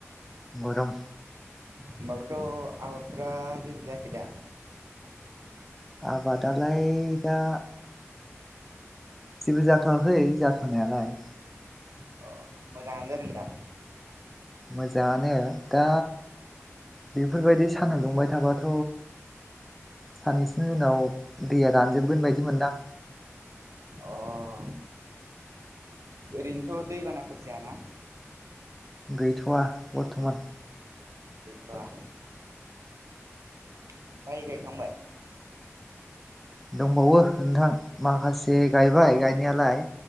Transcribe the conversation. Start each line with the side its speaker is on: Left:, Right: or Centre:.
Centre: गर'म।
Right: होमबाबोथ' आबादफ्रा जेबो जायाखै दा?
Centre: आबादालाय दा जेबो जाथ'वाखै जाथ'नायालाय
Right: अ मोजाङानो जादों दा?
Centre: मोजांङानो दा बेफोरबायदि साना दुंबाय थाबाथ' साननैसोनि उनाव दैया रानजोबगोन बायदि मोनदां
Right: अ ओरैनोथ' दैबानाफोर जायाना?
Centre: गैथ'वा बर्थमान
Right: गैथ'वा? ओमफ्राय गायखांबाय?
Centre: दंबावो नोंथां माखासे गायबाय गायनायालाय।